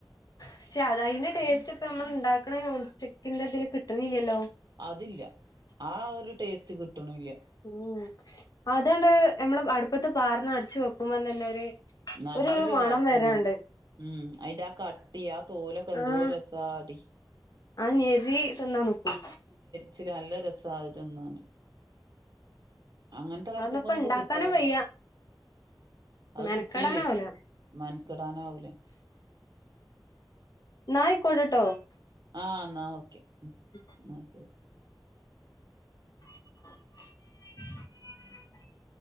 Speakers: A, on the left (about 50°); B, on the right (about 60°).
A: പക്ഷെ അത അയിന്റെ ടേസ്റ്റ് ഇപ്പ നമ്മൾ ഉണ്ടാക്കണ നോൺ സ്റ്റിക്കിന്റെ ഇതില് കിട്ടുന്നില്ലല്ലോ.
B: അതില്ല ആ ഒരു ടേസ്റ്റ് കിട്ടണുല്ല.
A: ഉം അതണ്ട് നമ്മള് അടുപ്പത്ത് പാർന്ന അടച്ച് വെക്കുമ്പോ തന്നെ ഒരു
B: നല്ലൊരു
A: ഒരു മണം
B: വാസന
A: വരാണ്ട്
B: ഉം അയിൻ്റെ ആ കട്ടി ആ തോലൊക്കെ എന്തോ
A: ആഹ്
B: ഒരു രസ ചാടി
A: ആ ഞരി തിന്നാൻ നിക്കൂ.
B: ചിൽ നല്ല രസാ അത് തിന്നാന് അങ്ങനത്തെ കലത്തപ്പമൊന്നു
A: അതൊന്നും ഇപ്പ
B: ഇപ്പോ
A: ഇണ്ടാക്കാനും
B: കിട്ടാന് ഇല്ല
A: വയ്യ
B: അത്
A: മെനക്കെടാനാവൂല
B: കിട്ടൂലേ മെനക്കടാനാവൂല.
A: ഇന്നാ അയിക്കോട്ടെ.
B: ആ എന്നാ ഓക്കെ.
A: ഉം
B: എന്ന ശരി.
A: <unintelligible>